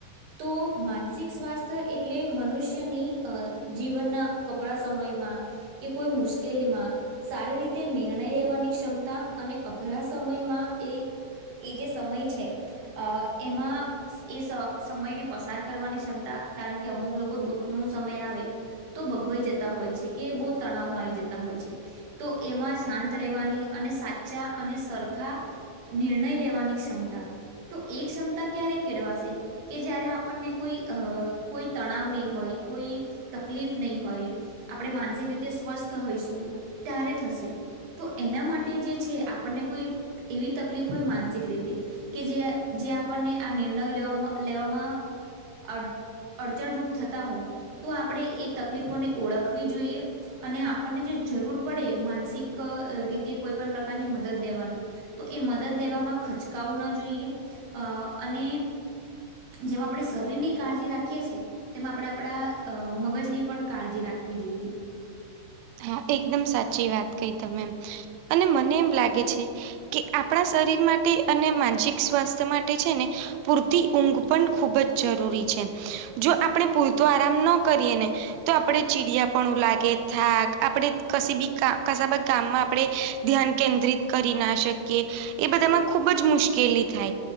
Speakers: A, on the right; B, on the right.
A: તો માનસિક સ્વાસ્થ એટલે મનુષ્યની અહ જીવન ના કપરા સમયમાં કે કોઈ મુશ્કેલી માં સારી રીતે નિર્ણય લેવાની ક્ષમતા અને અઘરા સમયમાં એ એ જે સમય છે. અહ એમાં એ સ સમય ને પસાર કરવાની ક્ષમતા કારણ કે અમુક લોકો દુઃખ નું સમય આવે તો બગવાઈ જતા હોય છે. કે બહુ તણાવ માં આવી જતા હોય છે. તો એમાં શાંત રહેેવાની અને સાચા અને સરખા નિર્ણય લેવાની ક્ષમતા તો એ ક્ષમતા ક્યારે કેળવાશે કે જ્યારે આપ પણને કોઈ અહ કોઈ તણાવ નહી હોય. કોઈ તકલીફ નહી હોય. આપડે માનસિક રીતે સ્વસ્થ હોઈશું ત્યારે થશે તો એના માટે જે છે આપણને કોઈ એવી તકલીફ હોય માનસિક રીતે કે જે જે આપણને આ નિર્ણયો લેવામાં લેવામાં અડ અડચણરૂપ થતા હોય. તો આપડે એ તકલીફોને ઓળખવી જોઈએ. અને આપણને જે જરૂર પડે માનસિક અહ રીતે કોઈ પણ પ્રકારની મદદ લેવાની. તો એ મદદ લેવામાં ખચકાવું ન જોઈએ. અ અને જેમ‌ આપડે શરીરની કાળજી રાખીએ છીએ. તેમાં આપણે આપણા મગજની પણ કાળજી રાખવી જોઈએ.
B: હા એકદમ સાચી વાત કઈ તમે એમ અને મને એમ લાગે છે કે આપણા શરીર માટે અને માનસિક સ્વાસ્થ્ય માટે છે ને પૂરતી ઊંઘ પણ ખૂબ જ જરૂરી છે. જો આપણે પૂરતો આરામ ન કરીએ ને તો આપડે ચીડિયા પણું લાગે થાક આપણે કશું બી કામમાં આપણે ધ્યાન કેન્દ્રિત કરી ના શકીએ. એ બધામાં ખૂબ જ મુશ્કેલી થાય.